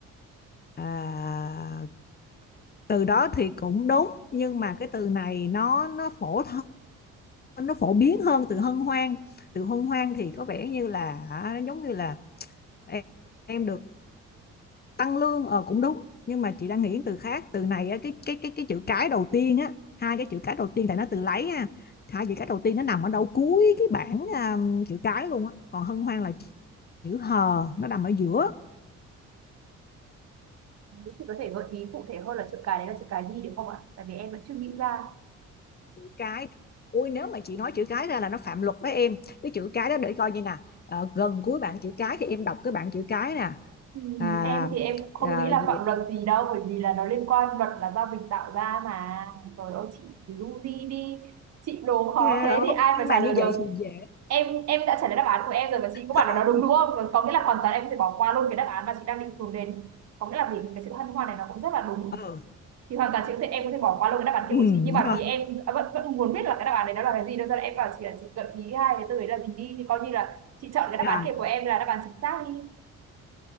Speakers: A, on the left; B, on the right.
A: à, từ đó thì cũng đúng nhưng mà cái từ này nó nó phổ thông nó phổ biến hơn từ hân hoan từ hân hoan thì có vẻ như là giống như là em, em được tăng lương ờ cũng đúng nhưng mà chị đang nghĩ từ khác từ này cái cái cái cái chữ cái đầu tiên á hai cái chữ cái đầu tiên tại nó từ lấy ha hai chữ cái đầu tiên nó nằm ở đâu cuối cái bảng à, chữ cái luôn á còn hân hoan là chữ hờ nó nằm ở giữa
B: Nếu Chị có thể gợi ý cụ thể hơn là chữ cái đấy là chữ cái gì được không ạ? Tại vì em vẫn chưa nghĩ ra
A: chữ cái ui nếu mà chị nói chữ cái ra là nó phạm luật với em cái chữ cái đó để coi như nè ờ, gần cuối bảng chữ cái thì em đọc cái bảng chữ cái nè
B: Ừm,
A: à,
B: Em thì em cũng không
A: à,
B: nghĩ là
A: gì
B: phạm luật gì đâu Bởi vì là nó liên quan luật là do mình tạo ra mà Rồi ôi chị du di đi Chị đố khó
A: Ghê
B: thế
A: không?
B: thì ai
A: Nhưng
B: mà
A: mà
B: trả
A: như
B: lời được
A: vậy thì dễ
B: em em đã trả lời đáp án của em rồi mà chị có bảo
A: không?
B: là nó đúng đúng không có nghĩa là hoàn toàn em có thể bỏ qua luôn cái đáp án mà chị đang định hướng đến có nghĩa là vì cái sự hân hoan này nó cũng rất là đúng
A: Ừ,
B: thì hoàn toàn chị có thể em có thể bỏ qua luôn cái đáp án
A: ừ,
B: kia của chị nhưng mà
A: rồi,
B: vì em à, vẫn vẫn muốn biết là cái đáp án đấy nó là cái gì nên là em bảo chị là chị gợi ý hai cái từ đấy là gì đi thì coi như là chị chọn cái đáp
A: rồi,
B: án kia của em là đáp án chính xác đi